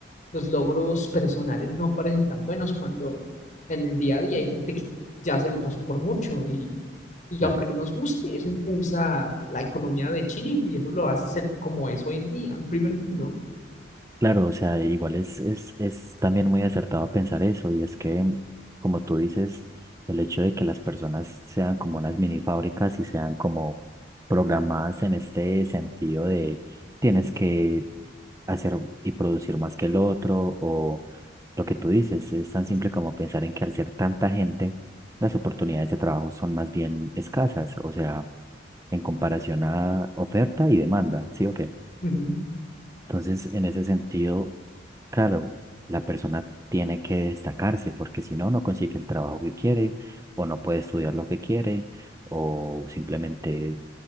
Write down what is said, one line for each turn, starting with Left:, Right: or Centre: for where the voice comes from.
Left: Los logros personales no parecen tan buenos cuando en el día a día hay gente que ya se le pasó por mucho y, y
Right: Claro,
Left: aunque no nos guste, eso impulsa la economía de Chile y eso lo hace ser como es hoy en día, en primer mundo.
Right: claro, o sea, igual es, es, es también muy acertado pensar eso y es que, como tú dices, el hecho de que las personas sean como unas mini fábricas y sean como programadas en este sentido de tienes que hacer y producir más que el otro o lo que tú dices, es tan simple como pensar en que al ser tanta gente, las oportunidades de trabajo son más bien escasas, o sea en comparación a oferta y demanda, ¿sí o qué?
Left: Ujú.
Right: Entonces, en ese sentido, claro, la persona tiene que destacarse porque si no, no consigue el trabajo que quiere o no puede estudiar lo que quiere o simplemente